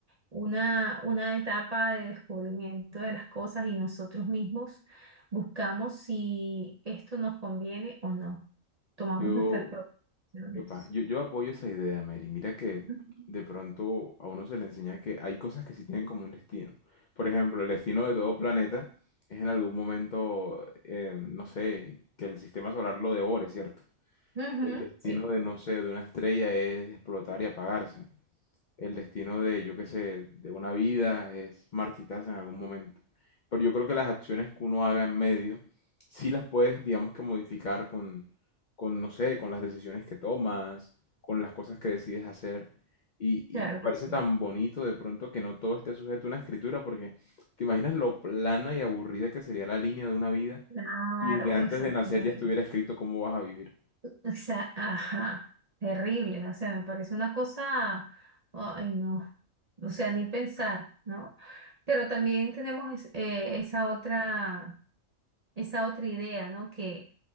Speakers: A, on the right; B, on the left.
A: una, una etapa de descubrimiento de las cosas y nosotros mismos buscamos si esto nos conviene o no. Tomamos
B: Yo,
A: nuestras propias acciones.
B: epa, yo, yo apoyo esa idea, Mary. Mira que
A: Ujú.
B: de pronto a uno se le enseña que hay cosas que sí tienen como un destino. Por ejemplo, el destino de todo planeta es en algún momento, eh, no sé, que el sistema solar lo devore, ¿cierto?
A: Ujú,
B: El destino
A: sí,
B: de, no sé, de una estrella es explotar y apagarse. El destino de, yo qué sé, de una vida es marchitarse en algún momento. Pero yo creo que las acciones que uno haga en medio, sí las puedes, digamos que modificar con, con, no sé, con las decisiones que tomas, con las cosas que decides hacer. Y, y
A: claro
B: me parece
A: que sí.
B: tan bonito de pronto que no todo esté sujeto a una escritura, porque te imaginas lo plana y aburrida que sería la línea de una vida
A: Claro,
B: y desde antes
A: exactamente.
B: de nacer ya estuviera escrito cómo vas a vivir.
A: O sea, ajá, terrible, o sea, me parece una cosa, ay no, o sea, ni pensar, ¿no? Pero también tenemos es- eh, esa otra, esa otra idea, ¿no? Que